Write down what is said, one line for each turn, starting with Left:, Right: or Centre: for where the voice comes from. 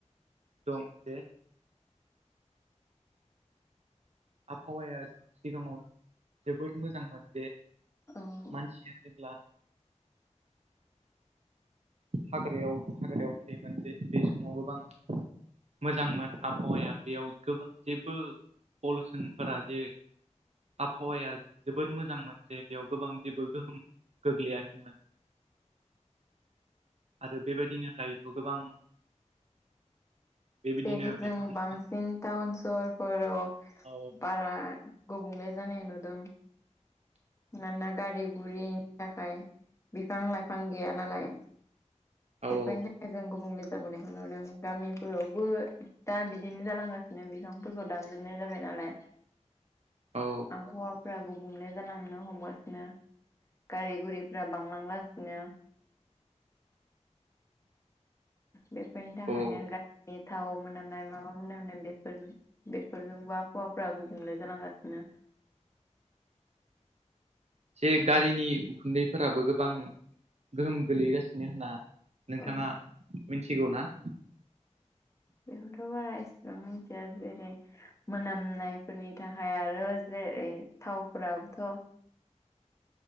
Right: दं जे आबहावाया सिगाङाव जोबोर मोजांमोन जे
Left: औ उम
Right: मानसिया जेब्ला हाग्रायाव हाग्रायाव थायोमोन जे बे समाव गोबां मोजांमोन आबहावाया बेयाव गोबां जेबो पलुसनफोरा जे आबहावाया जोबोर मोजांमोन जे बेयाव गोबां जेबो गोहोम गोग्लैयाखैमोन। आरो बेबायदिनो दायोथ' गोबां बेबायदिनो
Left: जेरै जों
Right: बिफां लाइफां
Left: बांसिन टाउन सहरफोराव
Right: औ।
Left: बारा गुबुंले जानाय नुदों। मानोना गारि गुरिनि थाखाय बिफां लाइफां गैया नालाय। बेफोरनि
Right: औ
Left: थाखाय जों गुबुंले जाबोनायखौ नुदों गामिफोरावबो दा बिदिनो जालांगासि बिदिनो बिफांफोरखौ दानजोबनाय जाबाय नालाय।
Right: औ।
Left: आबहावाफोरा गुबुंले जालांनो हमगासिनो। गारि गुरिफोरा बांलांगासिनो। बेफोरनि थाखायनो
Right: औ
Left: गारिनि थाव मोनामनाय माबा मोनामनाय बेफोर बेफोरजोंबो आबहावाफ्रा गुबुंले जालांगासिनो।
Right: जे गारिनि उखुन्दैफोराबो गोबां गोहोम गोलैगासिनो होनना नोंथाङा
Left: ओ
Right: मिथिगौ ना?
Left: बेखौथ' बारा इसिबां मिथिया जेरै मोनामनायफोरनि थाखाय आरो जेरै थावफोराबोथ'